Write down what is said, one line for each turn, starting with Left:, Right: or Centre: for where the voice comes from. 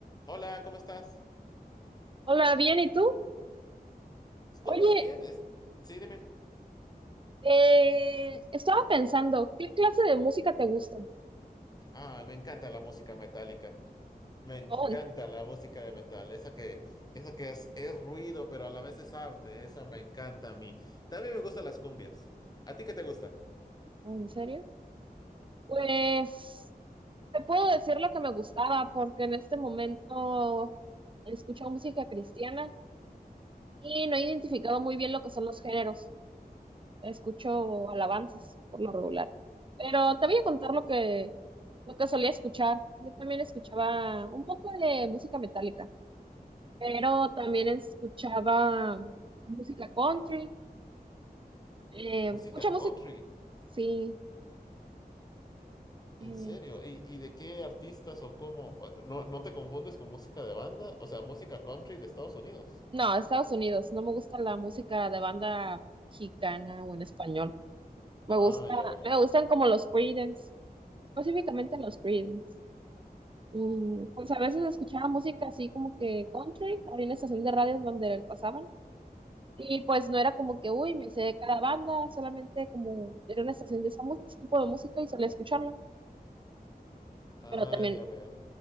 Left: Hola, ¿cómo estás?
Right: Hola, bien, ¿y tú?
Left: Estoy
Right: Oye,
Left: muy bien. Es... Sí, dime.
Right: eh, estaba pensando, ¿qué clase de música te gusta?
Left: Ah, me encanta la música metálica. Me encanta
Right: Oh, ¿en
Left: la música de metal. Esa que, esa que es, es ruido, pero a la vez es arte. Esa me encanta a mí. También me gustan las cumbias. ¿A ti qué te gusta?
Right: oh, ¿en serio? Pues te puedo decir lo que me gustaba, porque en este momento escucho música cristiana y no he identificado muy bien lo que son los géneros. Escucho alabanzas por lo regular. Pero te voy a contar lo que, lo que solía escuchar. Yo también escuchaba un poco de música metálica, pero también escuchaba música country. Eh,
Left: Música
Right: mucha música,
Left: country.
Right: sí.
Left: ¿En
Right: eh,
Left: serio? ¿Y, y de qué artistas o cómo? O- ¿No, no te confundes con música de banda? O sea, música country de Estados Unidos.
Right: no, Estados Unidos. No me gusta la música de banda mexicana o en español.
Left: Ah,
Right: Me gusta,
Left: ya veo.
Right: me gustan como los Creedence, específicamente los Creedence. Y pues a veces escuchaba música así como que country. Había una estación de radio en donde pasaban. Y pues no era como que, uy, me sé cada banda, solamente como era una estación de ese tipo de música y solía escucharla.
Left: Ah,
Right: Pero también,
Left: ya veo.